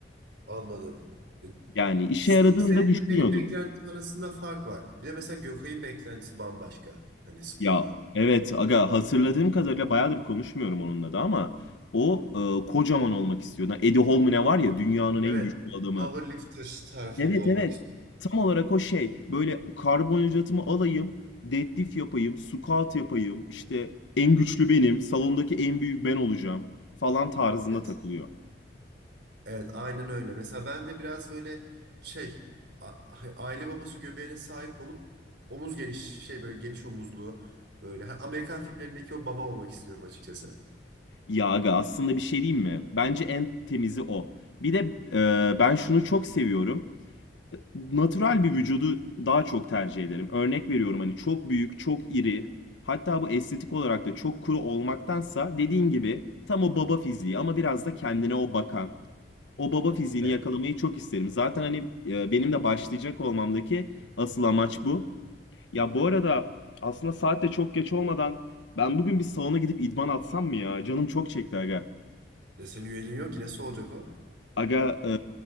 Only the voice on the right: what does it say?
Anladım. E,
se-
Senin
benim beklentim arasında fark var. Bir de mesela Gökay'ın beklentisi bambaşka hani spordan.
Evet,
powerlifter tarafında
olmak
Evet.
Evet, aynen öyle. Mesela ben de biraz böyle şey a- hani aile babası göbeğine sahip olup omuz geniş şey böyle geniş omuzlu böyle Ha, Amerikan filmlerindeki o baba olmak istiyorum açıkçası.
Evet.
Ya senin üyeliğin yok ki nasıl olacak o?